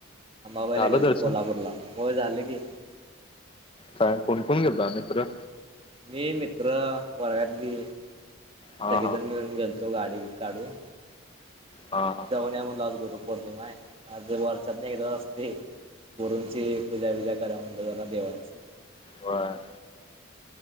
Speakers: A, on the right; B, on the left.
A: अंबाबाईला
B: झालं
A: गेलतो
B: दर्शन
A: कोल्हापूरला, होय झाल की
B: कारण कोण कोण गेलत अह मित्र?
A: मी मित्र वर्गातली,
B: हा
A: सगळीजण
B: हा
A: मिळून गेलतो गाडी काढून.
B: हा हा
A: जाऊन या म्हणलं आज गुरुपौर्णिमा आहे आज वर्षातन एकदाच असते गुरूंची पूजा विजा करा म्हणलं जरा देवांची
B: व्हय.